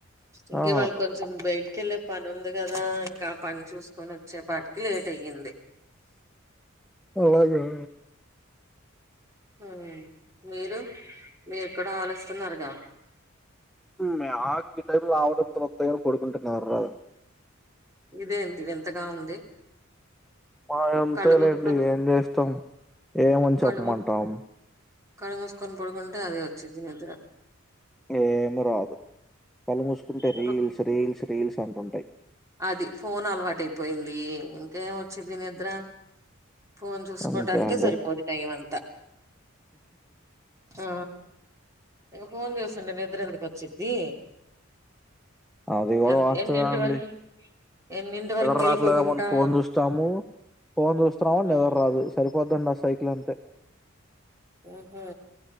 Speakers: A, on the right (about 15°); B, in the centre.
A: ఇంక
B: ఆ!
A: ఇవాళ కొంచెం లేట్ కెళ్ళే పని ఉంది కదా ఇంక ఆ పని చూసుకొని వచ్చేపాటికి లేట్ అయ్యింది.
B: అవునా
A: హ మీరు మీరు కూడ ఆవలిస్తున్నారుగా
B: హుమ్ మే అవలింతకు నిద్ర రావడం తేలుత్తది గానీ పడుకుంటె నిదుర రాదు.
A: ఇదేంటి వింతగా ఉంది
B: మాది అంతేలేండి
A: కళ్ళు మూసుకొని
B: ఏం చేస్తాం. ఏమని చెప్పమంటాం.
A: కళ్ళు మూ కళ్ళు మూసుకొని పడుకుంటే అదే వచ్చిద్ది నిద్ర
B: ఏం రాదు కళ్ళు మూసుకుంటే
A: ఇంకా
B: రీల్స్ రీల్స్ రీల్స్ అంటుంటాయి.
A: అది ఫోన్ అలవాటైపోయింది. ఏం వచ్చిద్ది నిద్ర, ఫోన్ చూసుకోటానికే
B: అంతే అండి.
A: సరిపోద్ది టైమ్ అంతా ఆ ఇగ ఫోన్ చూస్తుంటె నిద్రెందుకు వచ్చిద్ది?
B: అది కూడ
A: ఎంత
B: వాస్తవే
A: ఎన్నింటి
B: అండి
A: వరకు ఎన్నింటి వరకు
B: నిదర
A: మెలుకుగుంటా
B: రాట్లేమో అని ఫోన్ చూస్తాము. ఫోన్ చూస్తన్నాము అని
A: ఉమ్
B: నిదర రాదు సరిపోద్దండి అస్ సైకిల్ అంతే.
A: ఉహో.